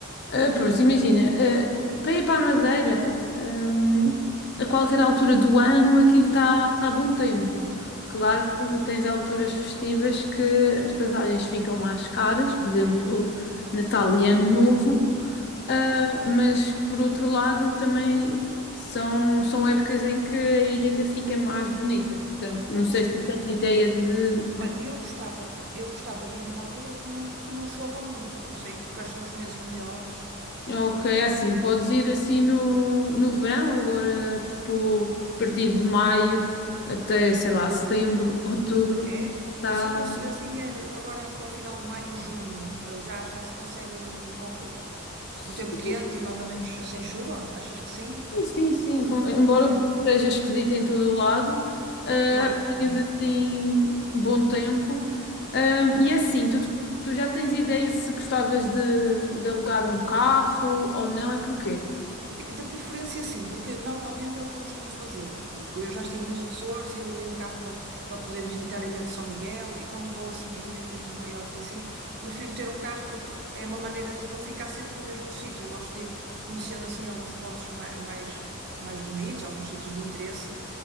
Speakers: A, on the left; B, on the right.
A: Ah, pronto, imagina, ah, para ir para a Madeira, hum, a qualquer altura do ano aquilo está tá tá bom tempo. Claro
B: Ok,
A: que tens alturas festivas que as passagens ficam mais caras, por exemplo, Natal e Ano Novo, ah,
B: ok.
A: mas que por outro lado também são, são épocas em que a ilha ainda fica mais bonita. Portanto, não sei
B: Sim.
A: se tens ideia de, de
B: Olha, eu gostava, eu gostava de ir numa altura que não, que não chova muito. Não sei quais são os meses melhores.
A: Ok, é assim, podes ir assim no, no verão, agora, tipo, a partir de maio até, sei lá, setembro, <laughs> outubro,
B: É?
A: tá...
B: Se conse- assim, eh, agora para o final de maio, junho, eh, já, já se consegue bom,
A: Sim,
B: um tempo quente e mais ou menos sem chuva? Achas que sim?
A: sim, sim, sim. com- Embora
B: É,
A: o tempo esteja esquisito em todo o lado, ah,
B: claro,
A: apanhas
B: é
A: assim
B: verdade.
A: bom tempo. Ah, e é assim, tu, tu já tens ideia se gostavas de, de alugar um carro ou não, é porquê?
B: Sim, Da preferência, sim, porque normalmente é o que eu costumo fazer. Eu já estive nos Açores e aluguei um carro para para poder visitar a Ilha de São Miguel. E quando vou assim a ilhas, mesmo a Maiorca e assim, prefiro ter um carro porque é uma maneira de não ficar sempre no mesmo sítio. Eu gosto de ir conhecendo assim alguns pontos ma- mais, mais bonitos, alguns sítios de interesse.